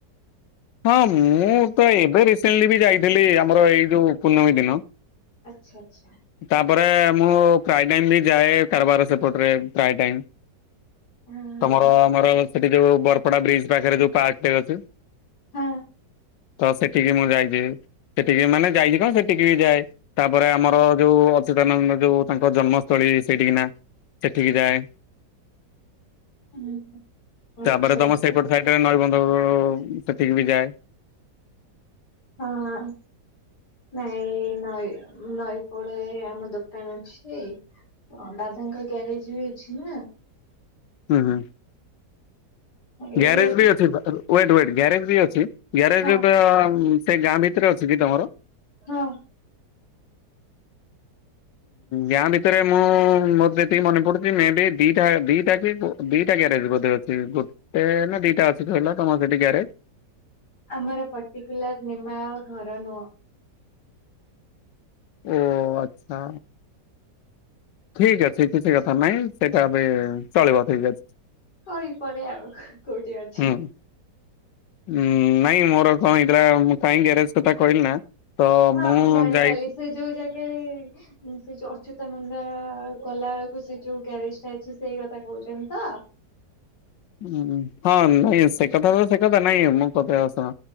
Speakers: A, on the left; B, on the left.
A: ହଁ ମୁଁ ତ ଏବେ ରିସେଣ୍ଟଲି ବି ଯାଇଥିଲି ଆମର ଏଇ ଯୋଉ ପୂର୍ଣ୍ଣମୀ ଦିନ।
B: ଆଚ୍ଛା ଆଚ୍ଛା
A: ତାପରେ ମୁଁ ପ୍ରାଏ ଟାଇମ୍ ବି ଯାଏ କାରବାର ସେପଟରେ ପ୍ରାଏ ଟାଇମ୍।
B: ହଁ
A: ତମର ଆମର ସେଠି ଯୋଉ ବରପଡା ବ୍ରିଜ୍ ପାଖରେ ଯୋଉ ପାର୍କ ଟେ ଅଛି।
B: ହଁ।
A: ତ ସେଠିକି ମୁଁ ଯାଇଛି ସେଠିକି ମାନେ ଯାଇଛି କଣ ସେଠିକି ବି ଯାଏ। ତାପରେ ଆମର ଯୋଉ ଅଚ୍ୟୁତାନନ୍ଦ ଯୋଉ ତାଙ୍କର ଜନ୍ମସ୍ଥଳୀ ସେଇଠିକିନା ସେଠିକି ଯାଏ
B: ହୁଁ ଆଚ୍ଛା
A: ତାପରେ
B: ଆଚ୍ଛା
A: ତମ ସେଇପଟ ସାଇ କେବେ ନଈବନ୍ଧ ଉମ ସେଠିକି ବି ଯାଏ।
B: ହଁ ହଁ ନାଇ ଏ ନଇ ନଈ କୂଳେ ଆମ ଦୋକାନ ଅଛି ଦାଦାଙ୍କ ଗ୍ୟାରେଜ ବି ଅଛି ନା।
A: ହୁଁ ହୁଁ।
B: ଏଇଠି
A: ଗ୍ୟାରେଜ ବି ଅଛି ୱେଟ୍ନ ୱେଟ୍ ଗ୍ୟାରେଜ ବି ଅଛି ଗ୍ୟାରେଜର
B: ହଁ
A: ସେ ଗାଁ ଭିତରେ ଅଛି କି ତମର?
B: ହଁ।
A: ଗାଁ ଭିତରେ ମୁଁ ମୋର ଯେତିକି ମନେ ପଡୁଛି ମେ ବି ଦିଟା ଦିଟା କି ଦିଟା କ୍ୟାରେଜ ବୋଧେ ଅଛି ଗୋଟେ ନା ଦିଟା ଅଛି କହିଲ ତମର ସେଠି ଗ୍ୟାରେଜ?
B: ଆମର ପର୍ଟିକୁଲାର ନିମା ଆମ ଘର ନୁହଁ।
A: ଓ ଆଚ୍ଛା ଠିକଅଛି। କିଛି କଥା ନହିଁ ସେଇଟା ଏବେ ଚଳିବ ଠିକ ଅଛି।
B: ହୋଇ ପରେ ଆଉ କୋଉଠି ଅଛି।
A: ହୁଁ ଉଁ ନାଇଁ ମୋର କଣ ହେଇଥିଲା ମୁ କାହିଁକି ଆରେ୍ଜ କଥା କହିଲି ନା ତ
B: ହଁ
A: ମୁଁ
B: ଜାଣିପାରିଲି
A: ଯାଇ
B: ସେ ଯୋଉ ଜାଗାରେ ମୁଁ ସେ ଯୋଉ ଅଚ୍ୟୁତାନନ୍ଦା ଆ ଗଲାଳକୁ ସେ ଯୋଉ ଗ୍ୟାରେଜଟା ଅଛି ସେଇ କଥା କହୁଛନ୍ତି ତ?
A: ଉଁ ହଁ ନାଇଁ ସେ କଥା ତ ସେ କଥା ନାଇଁ ମୁଁ କତେଇ ଆସ ଶୁଣ।